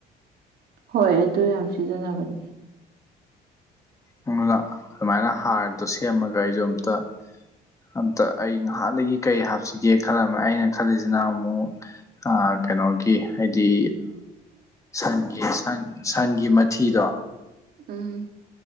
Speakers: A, on the right; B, on the left.
A: ꯍꯣꯏ ꯑꯗꯨ ꯌꯥꯝ ꯁꯤꯖꯤꯟꯅꯕꯅꯦ
B: ꯑꯗꯨ ꯑꯗꯨꯃꯥꯏꯅ ꯍꯥꯔꯗꯣ ꯁꯦꯝꯃꯒ ꯑꯩꯁꯨ ꯑꯝꯇ ꯑꯝꯇ ꯑꯩ ꯉꯥꯏꯍꯥꯟꯗꯒꯤ ꯀꯔꯤ ꯍꯥꯞꯁꯤꯒꯦ ꯈꯜꯂꯝꯃꯦ ꯑꯩꯅ ꯈꯜꯂꯤꯁꯤꯅ ꯑꯃꯨꯛ ꯀꯩꯅꯣꯒꯤ ꯍꯥꯏꯗꯤ ꯁꯟꯒꯤ ꯁꯟ ꯁꯟꯒꯤ ꯃꯊꯤꯗꯣ
A: ꯎꯝ